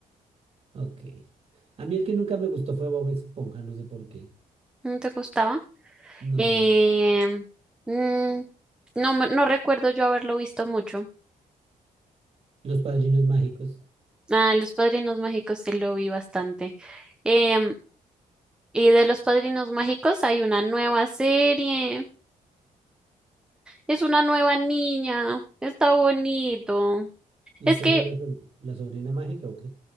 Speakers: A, on the right; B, in the centre.
A: Ok. A mí el que nunca me gustó fue Bob Esponja, no sé por qué.
B: ¿No te gustaba?
A: No,
B: Em, mm, no, me- no recuerdo yo haberlo visto mucho.
A: Los Padrinos Mágicos.
B: Ah, Los Padrinos Mágicos sí lo vi bastante. Em, Y de Los Padrinos Mágicos hay una nueva serie. Es una nueva niña. Está bonito.
A: ¿Y
B: Es
A: entonces
B: que,
A: la, so- la sobrina mágica o qué?